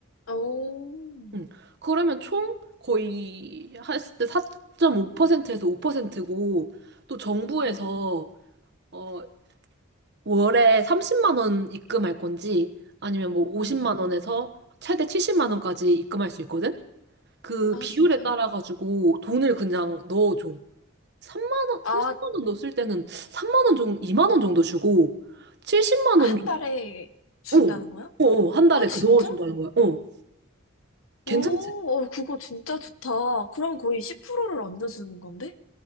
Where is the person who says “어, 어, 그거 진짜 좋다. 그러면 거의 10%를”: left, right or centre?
Left